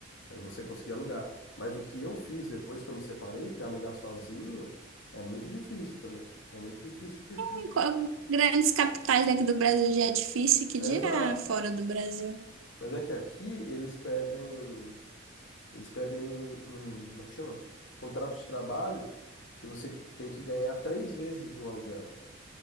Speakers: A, on the left; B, on the right.
A: é você conseguir alugar. Mas o que eu fiz depois que eu me separei, que é alugar sozinho, é muito difícil também. É muito difícil porque
B: em qual- grandes capitais daqui do Brasil já é difícil, que
A: é
B: dirá
A: exato.
B: fora do Brasil.
A: Mas é que aqui eles pedem, eles pedem um, um, como é que chama? Contrato de trabalho que você tem que ganhar três vezes o aluguel.